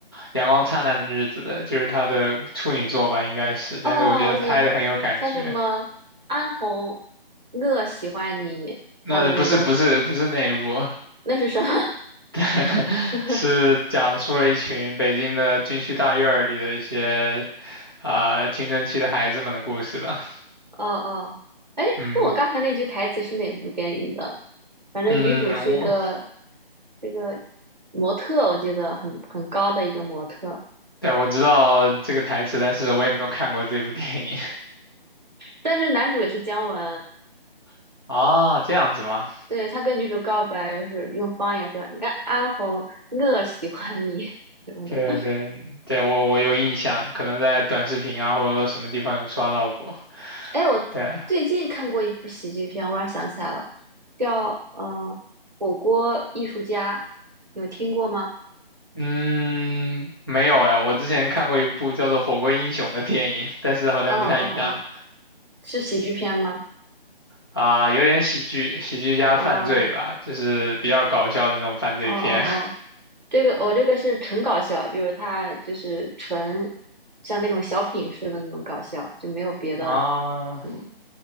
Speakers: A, on the left; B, on the right.
A: 《阳光灿烂的日子》的，就是他的处女作吧，应该是，但是我觉得拍的很有感觉。
B: 哦，我想想，叫什么？安红，我喜欢你，
A: 那不是不是不是那一部，
B: 他的那个那是什么？
A: 对，
B: <laughs>
A: 是讲述了一群北京的军区大院儿里的一些啊、呃青春期的孩子们的故事吧。
B: 哦哦，哎，
A: 嗯
B: 那我刚才那句台词是哪部电影的？反正女主是一个
A: 嗯，我
B: 这个模特，我记得很很高的一个模特，
A: 对我知道这个台词，但是我也没有看过这部电影
B: 但是男主也是姜文，
A: <laughs> 啊，这样子吗？
B: 对，他跟女主告白是用方言说安安红，我喜欢你 <laughs> 什么的。
A: 对对对，我我有印象，可能在短视频啊或者什么地方有刷到过。
B: 哎，我最近看过一部喜剧片，
A: 对，
B: 我突然想起来了，叫嗯火锅艺术家》，有听过吗？
A: 嗯，没有哎，我之前看过一部叫做《火锅英雄》的电影，但是好像不太一样
B: 哦哦哦，是喜剧片吗？
A: 啊，有点喜剧，喜剧加犯罪吧，
B: 哦
A: 就是比较搞笑的那种犯罪片
B: 哦哦哦，这个我、这个是纯搞笑，就是它就是纯像那种小品似的那种搞笑，就没有别的，
A: <laughs> 啊。
B: 嗯，